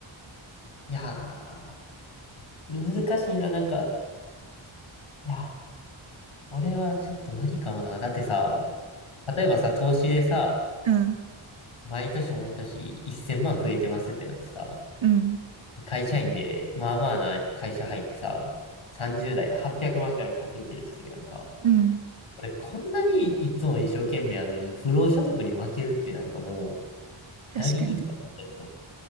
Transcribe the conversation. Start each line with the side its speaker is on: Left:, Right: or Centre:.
Left: いやー、難しいな、なんか、いやー俺はちょっと無理かもな。だってさ、例えばさ、投資でさ、
Right: うん、
Left: 毎年毎年1000万増えてますってなってさ、
Right: うん、
Left: 会社員で、まあまあな会社入ってさ、30代で800万ぐらい稼いでるとするやんか。
Right: うん。
Left: 俺、こんなにいつも一生懸命やのに、不労所得に負けるってなんかもう、
Right: 確かに。
Left: ダリーとかになっちゃいそう。